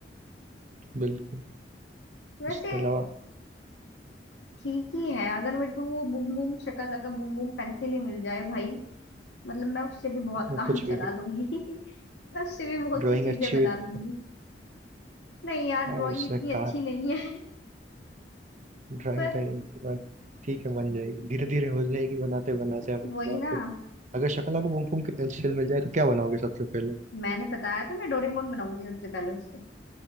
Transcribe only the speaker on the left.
वैसे
ठीक ही है अगर मेरे को वो boom boom Shakalaka boom boom pencil ही मिल जाए भाई मतलब मैं उससे भी बहुत
<laughs> काम
चला
लूंगी <laughs> मैं उससे भी बहुत
सी चीजें
बना
लूंगी नहीं यार ड्राइंग
इतनी
अच्छी नहीं है <laughs>
पर
वही
ना
मैंने बताया तो मैं डोरेमोन बनाऊंगी सबसे पहले उससे